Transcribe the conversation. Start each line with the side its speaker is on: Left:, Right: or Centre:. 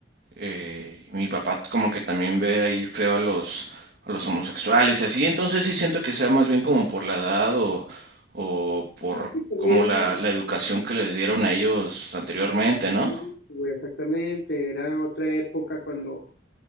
Right: eh, mi papá como que también ve ahí feo a los, a los homosexuales y así, entonces sí siento que sea más bien como por la edad o, o
Left: Pues
Right: por
Left: es que también,
Right: como la, la educación que le dieron a ellos anteriormente, ¿no?
Left: sí, güey, exactamente, era otra época cuando